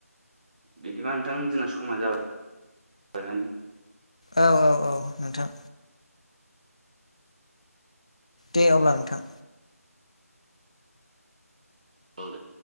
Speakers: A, on the right (about 30°); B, on the left (about 25°).
A: बिदिबा नोंथां जोंना समा जाबाय जाबाय मानो।
B: औ औ औ नोंथां। दे अब्ला नोंथां।
A: औ दे।